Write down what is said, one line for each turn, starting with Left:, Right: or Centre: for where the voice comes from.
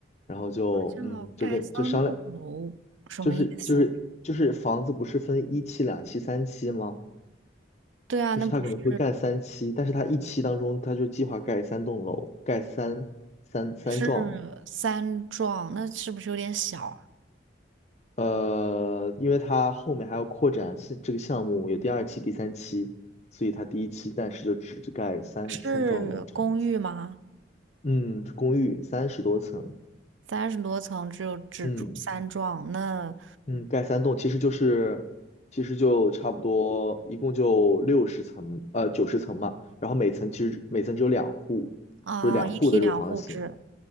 Left: 然后就嗯，
Right: 什么叫盖三栋楼？
Left: 就跟就商量，
Right: 什么意思？
Left: 就是就是就是房子不是分一期、两期、三期吗？
Right: 对啊，
Left: 就是他可能会盖三期，
Right: 那不是
Left: 但是他一期当中他就计划盖三栋楼，盖三三三幢。
Right: 是三幢，那是不是有点小啊？
Left: 呃，因为它后面还要扩展是这个项目，有第二期、第三期，所以它第一期暂时就只盖三三幢楼这样子。
Right: 是公寓吗？
Left: 嗯，这公寓三十多层，
Right: 三十多层，只有只住三幢，
Left: 嗯
Right: 那
Left: 嗯，盖三栋其实就是，其实就差不多，一共就六十层，呃，九十层嘛。然后每层其实每层只有两户，
Right: 啊，
Left: 就是两户的这个房型。
Right: 一梯两户制，